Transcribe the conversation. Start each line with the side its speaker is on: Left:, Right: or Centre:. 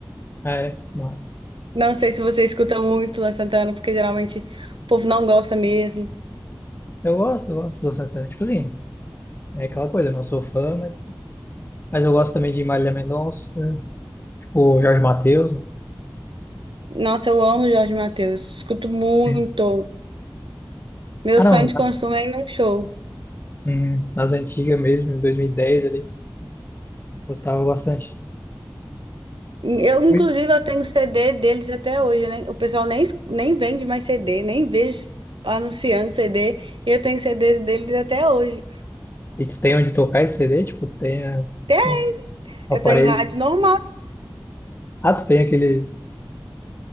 Left: ah, É, mas...
Right: Não sei se você escuta muito Luan Santana, porque geralmente o povo não gosta mesmo.
Left: Eu gosto, eu gosto do Santana. Tipo assim, é aquela coisa, eu não sou fã, mas, mas eu gosto também de Marília Mendonça, tipo Jorge Mateus. né?
Right: Nossa, eu amo Jorge Mateus. Escuto muito.
Left: Sim.
Right: Meu
Left: Ah,
Right: sonho
Left: não.
Right: de consumo é ir num show.
Left: Hum, nas antigas mesmo, em 2010 ele gostava bastante.
Right: Eu, inclusive,
Left: Oi?
Right: eu tenho CD deles até hoje, né? O pessoal nem, nem vende mais CD, nem vejo anunciando CD. E eu tenho CDs deles até hoje.
Left: E tu tem onde tocar esse CD? Tipo, tu tem é,
Right: Até
Left: um aparelho.
Right: eu tenho rádio normal.
Left: Ah, tu tem aqueles.